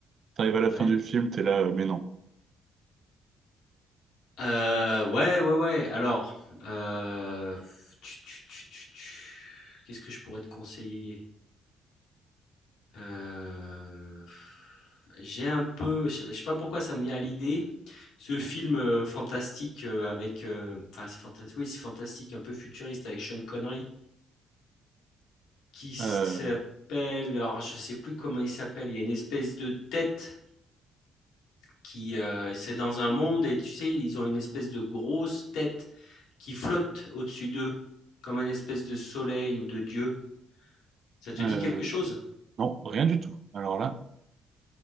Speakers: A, on the right; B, on the left.
A: T'arrives à la
B: Ouais.
A: fin du film, t'es là, euh, mais non.
B: Euh, ouais, ouais, ouais. Alors, euh, tu- tu- tu- tu- tu- qu'est-ce que je pourrais te conseiller? Euh, j'ai un peu, je sais je sais pas pourquoi ça me vient à l'idée. Ce film euh, fantastique euh, avec, euh, enfin c'est fanta- oui c'est fantastique, un peu futuriste avec Sean Connery qui s'appelle,
A: Euh,
B: alors je sais plus comment il s'appelle, il y a une espèce de tête qui, euh, c'est dans un monde et tu sais ils ont une espèce de grosse tête qui flotte au-dessus d'eux comme un espèce de soleil ou de dieu. Ça te
A: euh,
B: dit quelque chose?
A: non, rien du tout. Alors là,